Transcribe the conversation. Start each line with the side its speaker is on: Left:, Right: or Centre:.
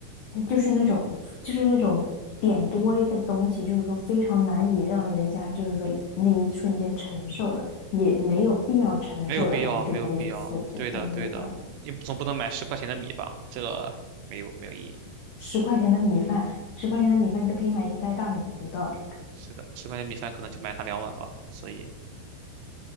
Left: 就是那种，就是那种点多的东西，就是说非常难以让人家，就是说那一瞬间承受的，也没有必要承受的，
Right: 没有必要，
Left: 我们就不会去付。
Right: 没有必要。
Left: 这个，
Right: 对的，
Left: 嗯，
Right: 对的，
Left: 有道理。
Right: 你总不能买十块钱的米吧？这个没有没有意义。
Left: 十块钱的米饭，十块钱的米饭你都可以买一袋大米，有道理。
Right: 是的，十块钱米饭可能就买它两碗吧，所以